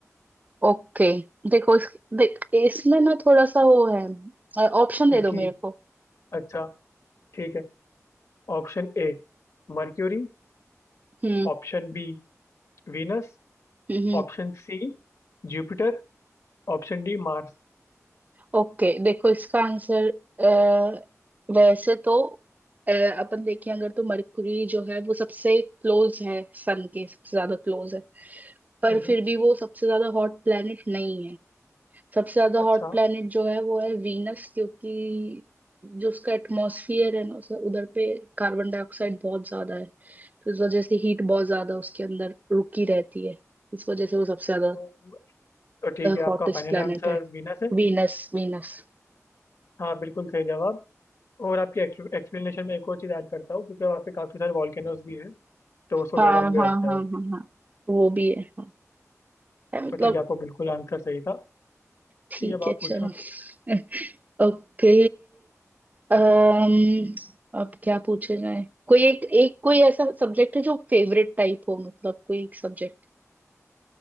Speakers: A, on the right (about 30°); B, on the left (about 60°).
A: ओके देखो इस, देख, इसमें ना थोड़ा सा वो है ऑप्शन
B: ठीक
A: दे दो मेरे
B: है
A: को
B: अच्छा ठीक है Option A Mercury
A: हम्म
B: Option B Venus
A: हम्म
B: Option C Jupiter Option D Mars
A: ओके देखो इसका आंसर अ, वैसे तो अ, अपन देखें अगर तो मरकरी जो है वो सबसे क्लोज है सन के सबसे ज्यादा क्लोज है पर
B: हम्म,
A: फिर भी वो सबसे ज्यादा हॉट प्लैनेट नहीं है सबसे ज्यादा
B: अच्छा
A: हॉट प्लैनेट जो है वो है वीनस क्योंकि जो उसका एटमॉस्फियर है ना उस- उधर पे कार्बन डाइऑक्साइड बहुत ज्यादा है तो इस वजह से हीट बहुत ज्यादा उसके अंदर रुकी रहती है इस वजह से वो सबसे ज्यादा
B: तो तो ठीक है आपका
A: हॉटेस्ट
B: फाइनल
A: प्लैनेट
B: आंसर
A: है
B: वीनस है
A: Venus Venus
B: हाँ बिल्कुल सही जवाब और आपके एक्सप्लेनेशन में एक और चीज़ ऐड करता हूँ क्योंकि वहाँ पे काफ़ी सारे वॉल्केनोज भी हैं तो उसको
A: हाँ
B: गर्म भी
A: हाँ
B: होता
A: हाँ
B: है
A: हाँ हाँ वो भी है हाँ है, मतलब
B: तो ठीक है आपको बिल्कुल आंसर सही था
A: ठीक
B: ठीक है अब आप
A: है
B: पूछो
A: चलो <laughs> ओके अम्म अब क्या पूछे जाए कोई एक एक कोई ऐसा सब्जेक्ट है जो फेवरेट टाइप हो मतलब कोई एक subject